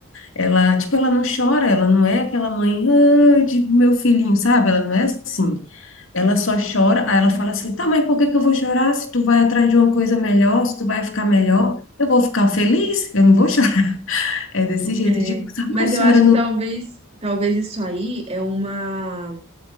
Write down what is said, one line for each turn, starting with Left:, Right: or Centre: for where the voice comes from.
Left: ela, tipo, ela não chora, ela não é aquela mãe, ah, de meu filhinho, sabe? Ela não é assim. Ela só chora, aí ela fala assim: tá, mas por que que eu vou chorar? Se tu vai atrás de uma coisa melhor, se tu vai ficar melhor, eu vou ficar feliz, eu não vou chorar. <laughs> É desse jeito,
Right: É.
Left: eu digo, tá,
Right: Mas
Left: mas a
Right: eu
Left: senhora
Right: acho
Left: não.
Right: que talvez, talvez isso aí é uma.